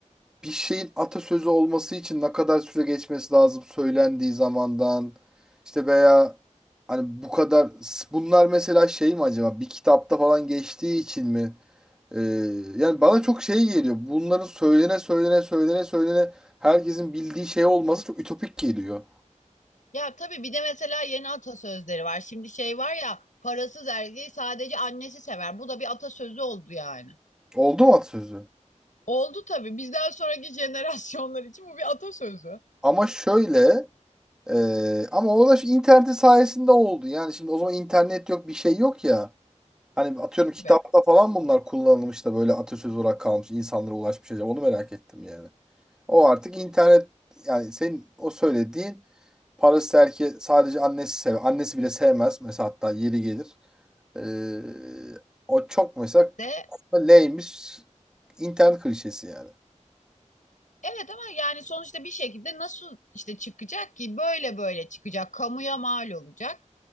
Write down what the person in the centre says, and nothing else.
bir şeyin atasözü olması için ne kadar süre geçmesi lazım söylendiği zamandan işte veya hani bu kadar bunlar mesela şey mi acaba bir kitapta falan geçtiği için mi? Ee, yani bana çok şey geliyor. Bunların söylene söylene söylene söylene herkesin bildiği şey olması çok ütopik geliyor.
Oldu mu atasözü?
Ama şöyle ee, ama o da şu internet sayesinde oldu. Yani şimdi o zaman internet yok bir şey yok ya. Hani atıyorum kitapta
falan bunlar kullanılmış da böyle atasözü olarak kalmış insanlara ulaşmış acaba onu merak ettim yani. O artık internet yani senin o söylediğin parası erkeği sadece annesi sever. Annesi bile sevmez mesela hatta yeri gelir. Ee, o çok mesela
leymiş internet klişesi yani.